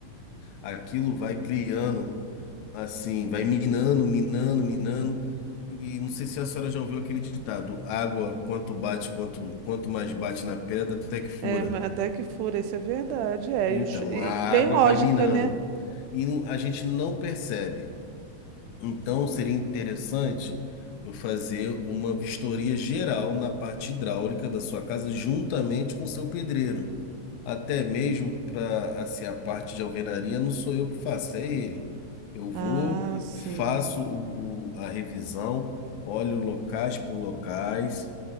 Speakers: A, on the left; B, on the right.
A: aquilo vai criando, assim, vai minando, minando, minando. E não sei se a senhora já ouviu aquele ditado: água, quanto bate, quanto, quanto mais bate na pedra, até que fura.
B: é, ma- até que fura, isso é verdade, é.
A: Então,
B: E, o chu- e
A: a água
B: tem lógica,
A: vai minando
B: né?
A: e não- a gente não percebe. Então, seria interessante eu fazer uma vistoria geral na parte hidráulica da sua casa juntamente com o seu pedreiro. Até mesmo para assim, a parte de alvenaria não sou eu que faço, é ele. Eu vou,
B: Ah, sim.
A: faço o- o- a revisão, olho locais por locais.